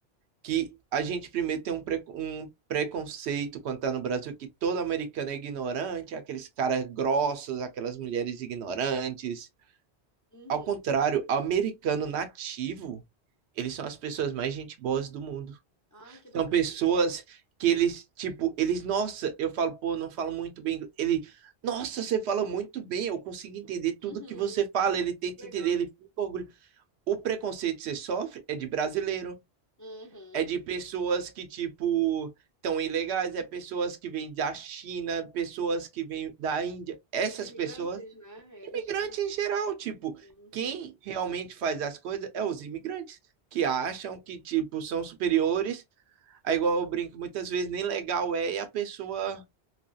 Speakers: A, on the right (about 85°); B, on the left (about 30°).
A: que a gente primeiro tem um, pre- um preconceito quando tá no Brasil que todo americano é ignorante, aqueles caras grossos, aquelas mulheres ignorantes.
B: Uhum.
A: Ao contrário, americano nativo, eles são as pessoas mais gente boas do mundo.
B: Ai, que bacana.
A: São pessoas que eles, tipo, eles, nossa, eu falo, pô, não falo muito bem. Ele, nossa, você fala muito bem, eu consigo entender tudo
B: Uhum.
A: que você fala. Ele tenta
B: Legal.
A: entender, ele fica orgulhoso. O preconceito que você sofre é de brasileiro,
B: Uhum.
A: é de pessoas que, tipo, estão ilegais, é pessoas que vêm da China, pessoas que vêm da Índia. Essas
B: Os imigrantes,
A: pessoas,
B: né?
A: imigrantes
B: Eles que.
A: em geral, tipo,
B: Uhum.
A: quem realmente faz as coisas é os imigrantes, que
B: Sim.
A: acham que, tipo, são superiores Aí, igual eu brinco, muitas vezes nem legal é e a pessoa